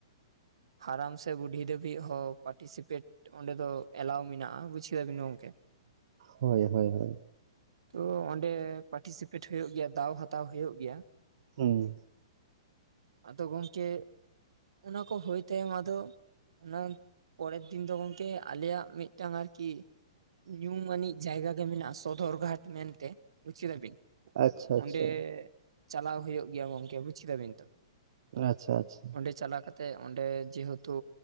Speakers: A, on the right; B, on the right.
A: ᱦᱟᱨᱟᱢ ᱥᱮ ᱵᱩᱰᱦᱤ ᱫᱷᱟᱹᱵᱤᱡ ᱦᱚᱸ ᱯᱟᱴᱤᱥᱤᱯᱮᱴ ᱚᱸᱰᱮ ᱫᱚ ᱮᱞᱟᱣ ᱢᱮᱱᱟᱜᱼᱟ ᱵᱩᱡ ᱠᱮᱫᱟ ᱵᱤᱱ ᱜᱚᱝᱠᱮ ᱾
B: ᱦᱳᱭ ᱦᱳᱭ ᱦᱳᱭ ᱾
A: ᱛᱚ ᱚᱸᱰᱮ ᱯᱟᱴᱤᱥᱤᱯᱮᱴ ᱦᱳᱭᱳᱜ ᱜᱮᱭᱟ ᱫᱟᱣ ᱦᱟᱛᱟᱣ ᱦᱳᱭᱳᱜ ᱜᱮᱭᱟ ᱾
B: ᱦᱩᱸ ᱾
A: ᱟᱫᱚ ᱜᱚᱝᱠᱮ ᱚᱱᱟ ᱠᱚ ᱦᱳᱭ ᱛᱮ ᱩᱣᱟ ᱫᱚ ᱱᱚᱱ ᱯᱚᱨᱮᱨ ᱫᱤᱱ ᱫᱚ ᱜᱚᱝᱠᱮ ᱟᱞᱮᱭᱟᱜ ᱢᱤᱫᱴᱟᱝ ᱟᱨᱠᱤ ᱧᱩᱢ ᱟᱱᱤᱡ ᱡᱟᱭᱜᱟ ᱜᱮ ᱢᱮᱱᱟᱜᱼᱟ ᱥᱚᱫᱚᱨ ᱜᱷᱟᱴ ᱢᱮᱱᱛᱮ ᱵᱩᱡ ᱠᱮᱫᱟ ᱵᱤᱱ!
B: ᱟᱪᱪᱷᱟ ᱟᱪᱪᱷᱟ
A: ᱚᱸᱰᱮ ᱪᱟᱞᱟᱣ ᱦᱳᱭᱳᱜ ᱜᱮᱭᱟ ᱜᱚᱝᱠᱮ ᱵᱩᱡ ᱠᱮᱫᱟᱵᱤᱱ ᱛᱚ ᱾
B: ᱟᱪᱪᱷᱟ ᱟᱪᱪᱷᱟ ᱾
A: ᱚᱸᱰᱮ ᱪᱟᱞᱟ ᱠᱟᱛᱮᱜ ᱚᱸᱰᱮ ᱡᱮᱦᱮᱛᱩ